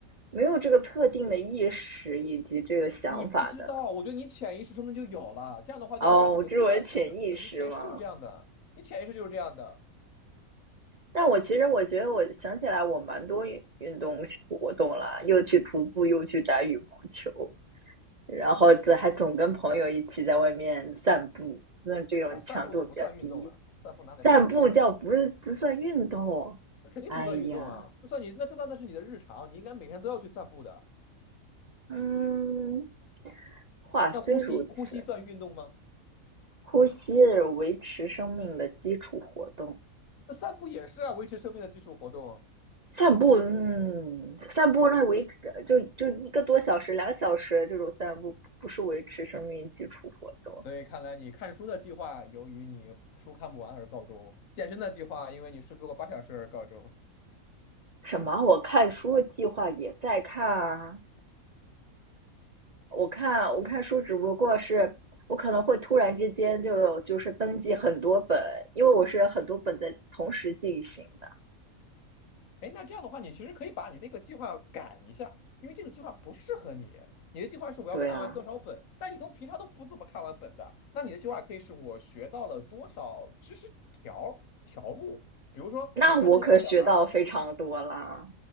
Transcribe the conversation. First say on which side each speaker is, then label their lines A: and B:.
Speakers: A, on the right; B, on the left.
A: 没有这个特定的意识以及这个想法的。
B: 你不知道，我觉得你潜意识中就有了，这样的话就会让你的计划实施不了。
A: 哦，这是我的潜意识吗？
B: 你潜意识就是这样的，你潜意识就是这样的
A: 但我其实我觉得，我想起来我蛮多运运动活动啦，又去徒步，又去打羽毛球，然后这还总跟朋友一起在外面散步，那这种强度比较低。
B: 啊。散步都不算运动了，散步哪里算什么运动？
A: 散步叫不不算运动。
B: 那肯定不算运动啊，
A: 哎呀，
B: 那算你那这那那是你的日常，你应该每天都要去散步的。
A: 嗯，话虽如此，
B: 那呼吸呼吸算运动吗？
A: 呼吸是维持生命的基础活动。
B: 那散步也是啊，维持生命的基础活动。
A: 散步，嗯，散步那维持就就一个多小时、两个小时这种散步，不是维持生命基础活动。
B: 所以看来你看书的计划由于你书看不完而告终，健身的计划因为你睡不够八小时而告终。
A: 什么？我看书计划也在看啊，我看我看书只不过是我可能会突然之间就有就是登记很多本，因为我是很多本在同时进行的。
B: 哎，那这样的话，你其实可以把你那个计划改一下，因为这个计划不适合你。你的计划是我要看完多少本，
A: 对啊，
B: 但你都平常都不怎么看完本的，那你的计划可以是我学到了多少知识条条目。比如说，
A: 那我可学到非常多啦。
B: 你看那个《拉小孩》，